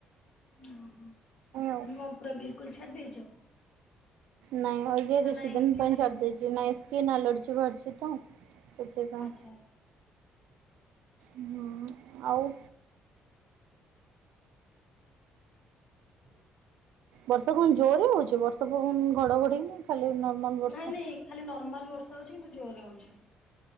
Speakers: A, on the left; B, on the right.
A: ଓ ହ ମାନେ
B: ଆଉ
A: କ ପୁରା ବିଲକୁଲ ଛାଡି ଦେଇଚ।
B: ନାଇଁ ହଉ ତିରିଶି
A: ନାଇଁ
B: ଦିନ
A: କିଛି
B: ପାଇଁ ଛାଡି ଦେଇଚି ନାଇଁ ସ୍କିନ ଆଲାର୍ଜି ବାହାରିଚି ତ ସେଥି ପାଇଁ।
A: ଆଚ୍ଛା ଆଚ୍ଛା
B: ହୁଁ ଆଉ।
A: ହୁଁ <unintelligible>
B: ବର୍ଷା କଣ ଜୋରେ ହଉଚି ବର୍ଷା ପବନ ଘଡ଼ଘଡି ନା ଖାଲି ନର୍ମାଲ ବର୍ଷା।
A: ନାଇଁ ନାଇଁ ଖାଲି ନର୍ମାଲ ବର୍ଷା ହଉଚି କିନ୍ତୁ ଜୋରେ ହଉଚି।